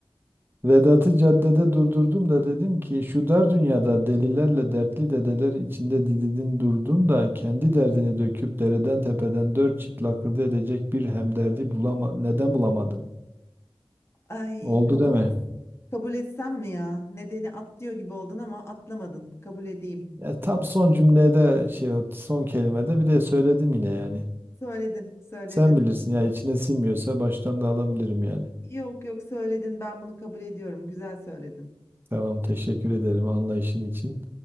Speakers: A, on the right; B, on the left.
A: Vedat'ı caddede durdurdum da dedim ki şu dar dünyada delilerle dertli dedeler içinde dididin durdun da kendi derdini döküp dereden tepeden dört çift lakırdı edecek bir hemderdi bulama neden bulamadın?
B: Ay
A: Oldu
B: kabul
A: deme.
B: et, kabul etsem mi ya? Nedeni atlıyor gibi oldun ama atlamadın. Kabul edeyim.
A: Ya tam son cümlede şey o son kelimede bir de söyledim yine yani.
B: Söyledin, söyledin.
A: Sen bilirsin ya içine sinmiyorsa baştan da alabilirim yani.
B: Yok yok söyledin. Ben bunu kabul ediyorum. Güzel söyledin.
A: Tamam teşekkür ederim anlayışın için.